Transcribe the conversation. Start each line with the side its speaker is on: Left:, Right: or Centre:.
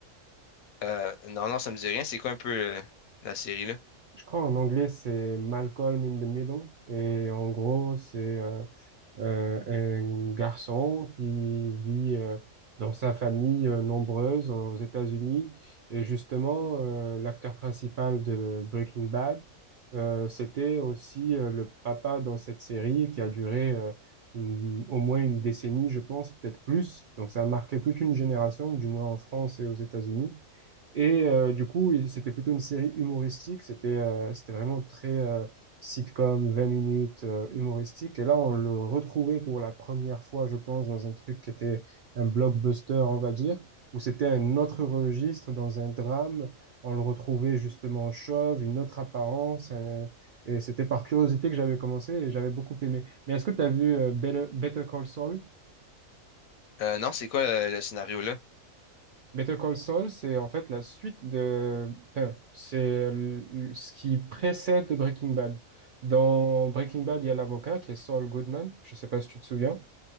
Left: Euh, non, non, ça me dit rien. C'est quoi un peu euh, la série, là?
Right: Je crois en anglais, c'est Malcolm in the Middle. Et en gros, c'est euh, euh, un garçon qui vit euh, dans sa famille euh, nombreuse aux États-Unis. Et justement, euh, l'acteur principal de Breaking Bad, euh, c'était aussi euh, le papa dans cette série qui a duré euh, une- au moins une décennie, je pense, peut-être plus. Donc ça a marqué toute une génération, du moins en France et aux États-Unis. Et euh, du coup, il- c'était plutôt une série humoristique. C'était euh, c'était vraiment très euh, sitcom, 20 minutes euh, humoristique. Et là, on le retrouvait pour la première fois, je pense, dans un truc qui était un blockbuster, on va dire, où c'était un autre registre, dans un drame. On le retrouvait justement chauve, une autre apparence. un- et c'était par curiosité que j'avais commencé et j'avais beaucoup aimé. Mais est-ce que tu as vu euh, Better Better Call Saul?
Left: Euh, non, c'est quoi euh, le scénario, là?
Right: Better Call Saul, c'est en fait la suite de... Enfin, c'est le- ce qui précède Breaking Bad. Dans Breaking Bad, il y a l'avocat qui est Saul Goodman. Je sais pas si tu te souviens.